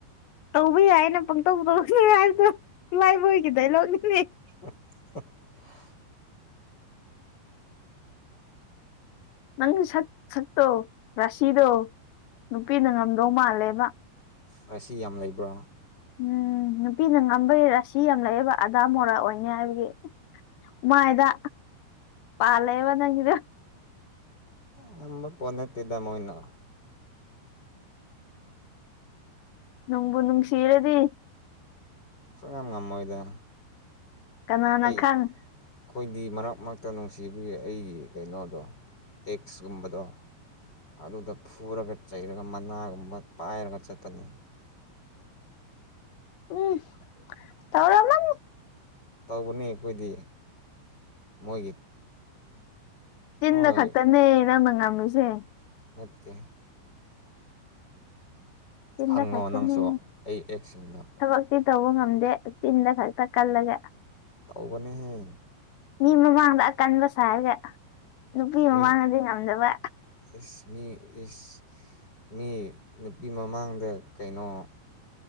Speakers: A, on the left (about 75°); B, on the left (about 25°).
A: ꯇꯧꯕ ꯌꯥꯏꯅ ꯄꯪꯇꯧ ꯇꯧꯒꯅꯨ ꯍꯥꯏꯕꯗꯣ ꯈꯨꯂꯥꯏꯕꯣꯏꯒꯤ ꯗꯥꯏꯂꯣꯒꯅꯤꯅꯦ
B: <unintelligible>
A: ꯅꯪ ꯁꯛ ꯁꯛꯇꯣ ꯔꯥꯁꯤꯗꯣ ꯅꯨꯄꯤꯅ ꯉꯝꯗꯧ ꯃꯥꯜꯂꯦꯕ
B: ꯔꯥꯁꯤ ꯌꯥꯝ ꯂꯩꯕ꯭ꯔꯣ
A: ꯎꯝ ꯅꯨꯄꯤꯅ ꯉꯝꯕꯩ ꯔꯥꯁꯤ ꯌꯥꯝ ꯂꯩꯑꯦꯕ ꯑꯗꯥ ꯃꯣꯔꯥ ꯑꯣꯏꯅꯤ ꯍꯥꯏꯕꯒꯤ꯫ ꯃꯥꯏꯗ ꯄꯥꯜꯂꯦꯕ ꯅꯪꯒꯤꯗꯨ
B: ꯉꯝꯕ ꯄꯣ ꯅꯠꯇꯦꯗ ꯃꯣꯏꯅ
A: ꯅꯨꯡꯕꯨ ꯅꯨꯡꯁꯤꯔꯗꯤ
B: ꯁꯨꯉꯝ ꯉꯝꯃꯣꯏꯗ
A: ꯀꯅꯥꯅ
B: ꯑꯩ
A: ꯈꯪ
B: ꯑꯩꯈꯣꯏꯗꯤ ꯃꯔꯛ ꯃꯔꯛꯇ ꯅꯨꯡꯁꯤꯕꯒꯤ ꯑꯩꯒꯤ ꯀꯩꯅꯣꯗꯣ ꯑꯦꯛꯁꯀꯨꯝꯕꯗꯣ ꯑꯗꯨꯗ ꯐꯨꯔꯒ ꯆꯩꯔꯒ ꯃꯅꯥꯒꯨꯝꯕ ꯄꯥꯏꯔꯒ ꯆꯠꯄꯅꯦ
A: ꯎꯝ ꯇꯧꯔꯝꯃꯅꯤ
B: ꯇꯧꯕꯅꯤ ꯑꯩꯈꯣꯏꯗꯤ ꯃꯣꯏꯒꯤ꯫
A: ꯆꯤꯟꯗ
B: ꯍꯣꯏ
A: ꯈꯛꯇꯅꯦ ꯅꯪꯅ ꯉꯝꯃꯤꯁꯦ꯫
B: ꯅꯠꯇꯦ꯫
A: ꯆꯤꯟꯗ
B: ꯍꯪꯉꯣ
A: ꯈꯛꯇꯅꯦ
B: ꯅꯪꯁꯨ ꯑꯩ ꯑꯦꯛꯁꯤꯡꯗ
A: ꯊꯕꯛꯇꯤ ꯇꯧꯕ ꯉꯝꯗꯦ ꯆꯤꯟꯗ ꯈꯛꯇ ꯀꯜꯂꯒ
B: ꯇꯧꯕꯅꯦꯍꯦ
A: ꯃꯤ ꯃꯃꯥꯡꯗ ꯑꯀꯟꯕ ꯁꯥꯔꯒ ꯅꯨꯄꯤ
B: ꯃꯤ
A: ꯃꯃꯥꯡꯗꯗꯤ ꯉꯝꯗꯕ
B: ꯏꯁ ꯃꯤ ꯏꯁ ꯃꯤ ꯅꯨꯄꯤ ꯃꯃꯥꯡꯗ ꯀꯩꯅꯣ